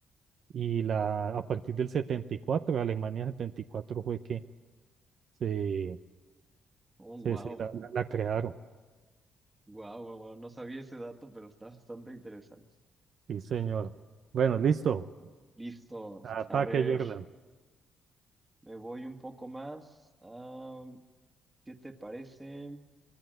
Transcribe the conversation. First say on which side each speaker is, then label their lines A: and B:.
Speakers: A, on the right; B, on the right.
A: y la, a partir del 74 Alemania 74 fue que se,
B: Oh,
A: se,
B: wow.
A: se la, la- la crearon,
B: Wow, wow, wow. No sabía ese dato, pero está bastante interesante.
A: sí señor. Bueno, listo,
B: Listo.
A: ataque
B: A ver,
A: Jordan.
B: me voy un poco más. Ah, ¿qué te parece?